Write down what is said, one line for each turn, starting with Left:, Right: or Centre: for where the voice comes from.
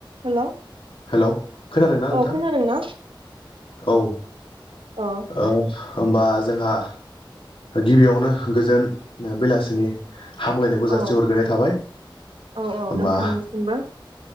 Right: हेलौ
Left: हेलौ खोनादोंना नोंथां?
Right: औ खोनादों ना
Left: औ
Right: अ
Left: आ होमबा जोंहा गिबियावनो गोजोन बेलासिनि हामलायनायखौ
Right: औ
Left: जासि हरग्रोनाय थाबाय
Right: औ औ
Left: होमबा
Right: नोंथांनिसिमबो